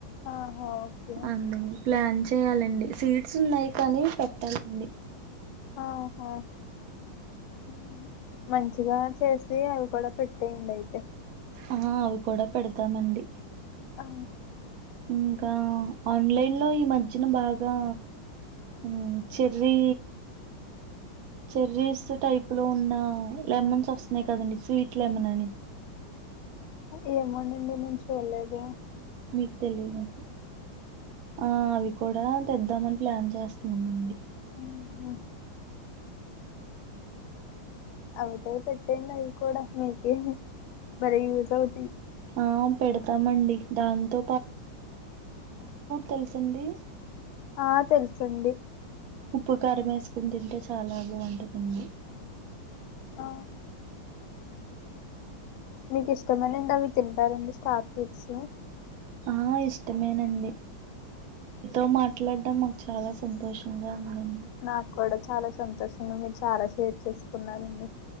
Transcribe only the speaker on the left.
ఆహా ఓకే
ఆహా ఊ మంచిగా చేసి అవి కూడా పెట్టేయండి అయితే
ఆ,
ఏమోండి నేనేం చూల్లేదు.
ఓహో అయితే పెట్టేయండి అవి కూడా మీకేం భలే యూస్ అవు
ఆ తెలుసండి.
ఆ, మీకు ఇష్టమేనండి అవి తింటారండి స్టార్ ఫ్రూట్స్
నాక్ కూడా చాలా సంతోషంగా మీరు చాలా షేర్ చేసుకున్నారండి.